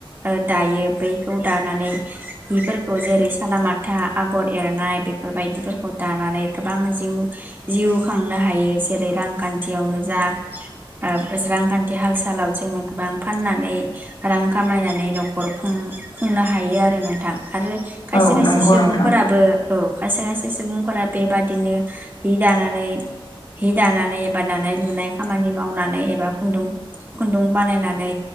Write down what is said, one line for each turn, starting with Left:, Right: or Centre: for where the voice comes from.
Right: ओ दायो बैखौ दानानै हिफोरखौ जेरै सालामलामाथा आगर एरनाय बेफोरबायदिफोरखौ दानानै गोबां जिउ जिउ खांनो हायो। जेरै रांखान्थियावनो जा ओ रांखान्थि हाल सालाव जोङो गोबां फाननानै रां खामायनानै न'खर खुं खुंनो हायो आरो नोंथां। आरो खायसे
Left: औ
Right: खायसे
Left: नंगौ
Right: सुबुंफोराबो
Left: नोंथां
Right: औ खायसे खायसे सुबुंफोरा बे बादिनो हि दानानै हि दानानै एबा दानाय लुनाय खामानि मावनानै एबा खुन्दुं खुन्दुं बानायनानै